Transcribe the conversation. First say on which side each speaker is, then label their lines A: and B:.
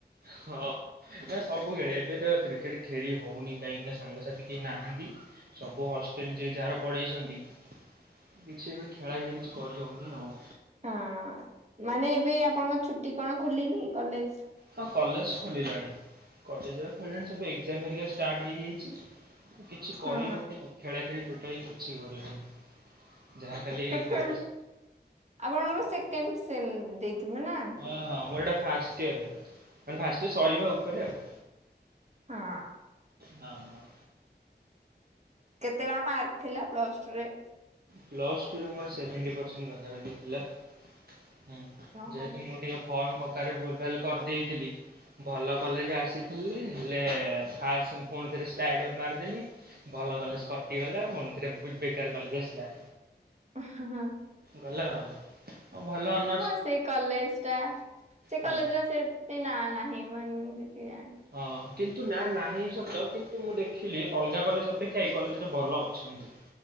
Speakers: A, on the right; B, on the right.
A: ହଁ। ନା ସବୁ ଖେଳେ ଏବେ ତ କ୍ରିକେଟ ଖେଳି ହଉନି କାହିଁକିନା ସାଙ୍ଗସାଥି କେହି ନାହାନ୍ତି। ସବୁ ହଷ୍ଟେଲ ଯିଏ ଯାହାର ପଳେଇଛନ୍ତି। କିଛି ଏବେ ଖେଳା ଖେଳି କିଛି କରିହଉନି ଆଉ।
B: ହଁ ମାନେ ଏବେ ଆପଣଙ୍କ ଛୁଟି କଣ ଖୋଲିନି କଲେଜ?
A: ହଁ କଲେଜ ଖୋଲିଲାଣି କଲେଜରେ ଖୋଲିଲାଣି ସବୁ ଏକ୍ଜାମ ହେରିକା ଷ୍ଟାର୍ଟ ହେଇଯାଇଛି। କିଛି କରିହଉନି
B: ହଁ
A: ଆଉ ଖେଳା ଖେଳି ଟୋଟାଲି କିଛି କରିହଉନି। ଯାହା ଖାଲି
B: ସେକେଣ୍ଡ
A: ଘରେ ବସ୍
B: ଆପଣଙ୍କର ସେକେଣ୍ଡ ସେମ୍ ଦେଇଥିବେ ନା?
A: ହଁ ହଁ ମୋର ଏଇଟା ଫାଷ୍ଟ ଇୟର୍ ହେଲା ମାନେ ଫାଷ୍ଟ ଇ ସରିବା ଉପରେ ଆଉ।
B: ହଁ।
A: ହଁ ହଁ।
B: କେତେ କଣ ମାର୍କ ଥିଲା ପ୍ଲସଟୁରେ?
A: ପ୍ଲସ୍ଟୁରେ ମୋର ସେଭେଣ୍ଟି ପରସେଣ୍ଟ ପାଖାପାଖି ଥିଲା, ହୁଁ
B: ଓହୋ।
A: ଯେହେତୁ ମୁଁ ଟିକେ ଫର୍ମ ପକାରେ ଭୁଲ୍ ଭାଲ୍ କରିଦେଇଥିଲି। ଭଲ କଲେଜ ଆସିଥିଲି ହେଲେ ଫାଷ୍ଟ ସେମ୍ ଫୁଣି ଥରେ ସ୍ଲାଇଡ଼ର ମାରିଦେଲି। ଭଲ କଲେଜ କଟିଗଲା ପୁଣିଥରେ ବେକାର କଲେଜ ଆସିଲା।
B: <unintelligible>
A: ଗଲା ଆଉ। ହଉ ଭଲ ଅନ
B: ହଁ ସେଇ କଲେଜଟା ସେ
A: ହୁଁ।
B: କଲେଜର ସେନ୍ତି ନାଁ ନାହିଁ ମାନେ ମୁଁ ଯେତିକି ଜାଣିଚି।
A: ହଁ କିନ୍ତୁ ନା ନାହିଁ ସତ କିନ୍ତୁ ମୁଁ ଦେଖିଲି ଅଲଗା କଲେଜ ଅପେକ୍ଷା ଏ କଲେଜରେ ଭଲ ଅଛନ୍ତି।